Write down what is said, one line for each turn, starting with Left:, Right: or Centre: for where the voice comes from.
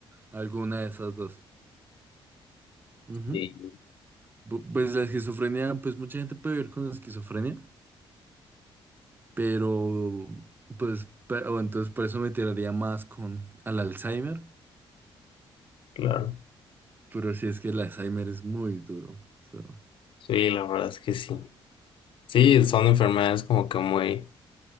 Right: alguna de esas dos. Ujú.
Left: Sí,
Right: Bu- Pues la esquizofrenia, pues mucha gente puede vivir con esquizofrenia, pero pues, pero, entonces por eso me tiraría más con al Alzheimer,
Left: claro.
Right: pero si es que el Alzheimer es muy duro. so,
Left: Sí, la verdad es que sí. Sí, son enfermedades como que muy